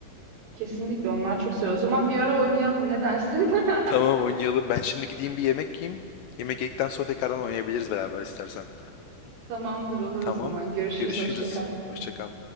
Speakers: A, on the right; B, on the left.
A: Kesinlikle onlar çok seviyor. O zaman bir ara oynayalım ne dersin? <laughs>
B: Tamam oynayalım. Ben şimdi gideyim bir yemek yiyeyim. Yemek yedikten sonra tekrardan oynayabiliriz beraber istersen.
A: Tamamdır olur
B: Tamam.
A: o zaman. Görüşürüz.
B: Görüşürüz.
A: Hoşça kal.
B: Hoşça kal.